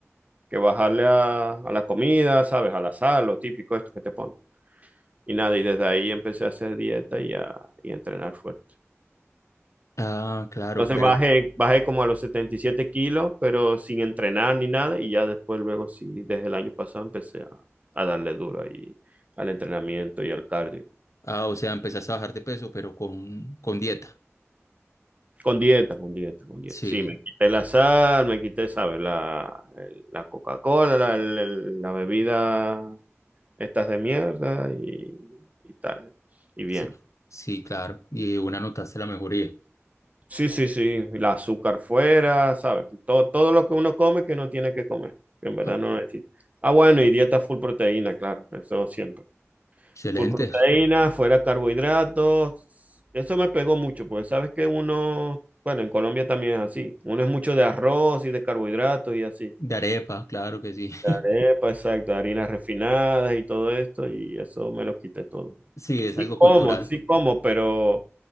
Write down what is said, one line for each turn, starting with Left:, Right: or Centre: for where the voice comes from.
Right: que bajarle a, a la comida, ¿sabes? A la sal, lo típico esto que te ponen. Y nada, y desde ahí empecé a hacer dieta y a, y a entrenar fuerte.
Left: Ah, claro,
Right: Entonces
Left: pero...
Right: Claro. bajé, bajé como a los 77 kilos, pero sin entrenar ni nada, y ya después, luego sí, desde el año pasado empecé a, a darle duro ahí al entrenamiento y al cardio.
Left: Ah, o sea, empezaste a bajar de peso, pero con, con dieta.
Right: Con dieta, con dieta, con dieta.
Left: Sí,
Right: Sí, me quité la sal, me quité, ¿sabes? La, el- la Coca-Cola, la, el- la bebida estas de mierda y, y tal. Y bien.
Left: sí, sí, claro. Y una notaste la mejoría.
Right: Sí, sí, sí, el azúcar fuera, ¿sabes? Todo, todo lo que uno come que no tiene que comer, que en verdad
Left: Ah,
Right: no necesita. Ah, bueno, y dieta full proteína, claro, eso siempre.
Left: excelente.
Right: Full proteína, fuera carbohidratos. Eso me pegó mucho, porque sabes que uno, bueno, en Colombia también es así. Uno es mucho de arroz y de carbohidratos y así.
Left: De arepa, claro que sí.
Right: De
Left: <laughs>
Right: arepa, exacto, harinas refinadas y todo esto, y eso me lo quité todo.
Left: Sí, es
Right: Sí
Left: algo
Right: como,
Left: cultural.
Right: sí como, pero